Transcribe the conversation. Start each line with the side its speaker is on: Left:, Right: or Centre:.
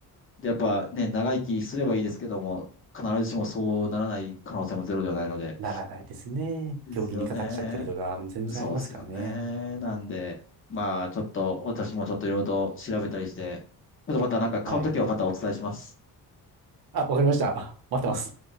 Left: で、やっぱね、長生きすればいいですけども、必ずしもそうならない可能性もゼロではないので。
Right: ならないですね。
Left: ですよね。
Right: 病気にかかっちゃったりとか、全然ありますからね。
Left: そうですよね。なんで、まあ、ちょっと、私もちょっといろいろと調べたりして、ちょっとまたなんか買うときはまたお伝えします。
Right: はい。あ、わかりました。あ待ってます。